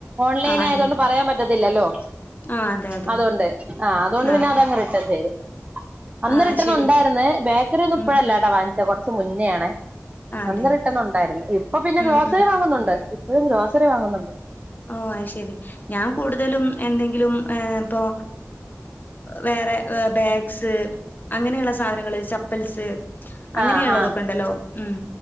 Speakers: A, on the right; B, on the left.
A: ഓൺലൈൻ
B: ആഹ് അതെ
A: ആയതോണ്ട് പറയാൻ പറ്റത്തില്ലല്ലോ?
B: ആഹ് അതെ അതെ
A: അതുകൊണ്ട്. ആഹ് അതുകൊണ്ട് പിന്നെ
B: ആഹ്
A: അതങ്ങ് റിട്ടൺ ചെയ്തു. അന്ന്
B: ആഹ്
A: റിട്ടൺ
B: ശരി
A: ഉണ്ടായിര്ന്ന്. ബേക്കറി ഒന്നും ഇപ്പഴല്ലേട്ടാ
B: ഉം
A: വാങ്ങിച്ച കുറച്ച മുന്നേണ്.
B: അതെ
A: അന്ന് റിട്ടണുണ്ടായിരുന്നു. ഇപ്പൊ പിന്നെ
B: ഉം
A: ഗ്രോസറി
B: ഉം
A: വാങ്ങുന്നുണ്ട്. ഇപ്പഴും ഗ്രോസറി വാങ്ങുന്നുണ്ട്.
B: ഓ അയ്ശെരി. ഞാൻ കൂടുതലും എന്തെങ്കിലും ഇപ്പൊ. വേറെ ബാഗ്സ്, അങ്ങനെയുള്ള സാധനങ്ങള് ചപ്പൽസ്, അങ്ങനെയുള്ളതൊക്കെണ്ടല്ലോ?
A: ആ ആ
B: ഉം